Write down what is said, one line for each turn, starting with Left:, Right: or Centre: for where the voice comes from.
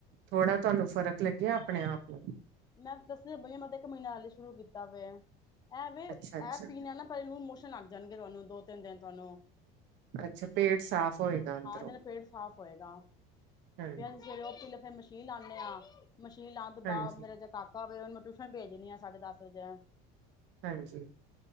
Right: ਥੋੜਾ ਤੁਹਾਨੂੰ ਫ਼ਰਕ ਲੱਗਿਆ ਆਪਣੇ ਆਪ ਨੂੰ
Left: ਮੈਂ ਦੱਸਿਆ ਬਈਆ ਮੈਂ ਇੱਕ ਮਹੀਨਾ ਹਲੇ ਸ਼ੁਰੂ ਕੀਤਾ ਏ ਐਂਵੇ ਇਹ
Right: ਅੱਛਾ ਅੱਛਾ
Left: ਪੀਣਾ ਨਾ ਪਹਲਾ ਲੂਣ ਮੋਸਣ ਆਦੇ ਜਾਣਗੇ ਤੁਹਾਨੂੰ ਦੋ-ਤਿੰਨ ਦਿਨ ਤੁਹਾਨੂੰ
Right: ਅੱਛਾ ਪੇਟ ਸਾਫ਼ ਹੋਏਗਾ ਅੰਦਰੋਂ
Left: ਹਾਂ ਉਹਦੇ ਨਾਲ ਪੇਟ ਸਾਫ਼ ਹੋਏਗਾ
Right: ਹਾਂਜੀ
Left: ਫੇਰ ਅਸੀਂ ਸਵੇਰੇ ਉਹ ਪੀਲੇ ਫਿਰ ਮ ਕੀ ਲਾਦੇ ਹਾਂ ਮਸ਼ੀਨ ਲਾਉਣ ਤੋਂ ਬਾਅਦ
Right: ਹਾਂਜੀ
Left: ਮੇਰਾ ਕਾਕਾ ਹੋਵੇ ਉਹਨੂੰ ਮੈਂ ਟਿਊਸ਼ਨ ਭੇਜ ਦੀ ਆ ਸਾਡੇ ਦਸ ਵੱਜੇ
Right: ਹਾਂਜੀ